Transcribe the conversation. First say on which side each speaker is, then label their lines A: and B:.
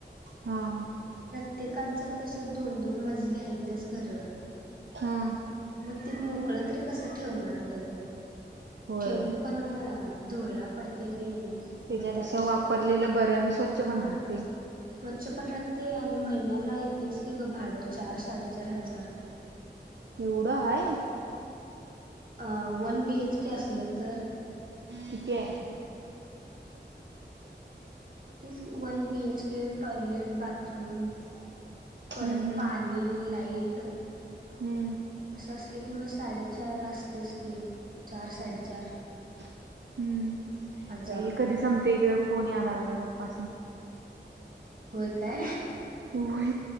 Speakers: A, on the right (about 80°); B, on the right (about 50°).
A: हां.
B: प्रत्येकांच कसं दोन दोन मजली आहेतच घर
A: हां.
B: मग ते मोकळ तरी कसं ठेवणार ग
A: होय
B: ठेऊन पण धुरळा पडते नी
A: त्याच्यापेक्षा
B: मग त्यापेक्षा
A: वापरलेलं
B: कणी
A: बरं आणि स्वच्छ
B: हा
A: पण राहते.
B: स्वच्छ पण राहतय आणि महिन्याला येतेच की गं भाडं चार साडेचार हजार
A: एवढं हाय?
B: अ वन बी एच के असलं तर
A: किती आहे?
B: तीस one B H K toilet bathroom, परत
A: हम्म हम्म
B: पाणी, लाईट
A: हम्म.
B: असं असले की मग साडेचार असतेच की चार साडेचार
A: हम्म
B: हजार
A: बाई
B: रुपये
A: कधी संमते फोन याय लागला पप्पासनी.
B: होय काय?
A: होय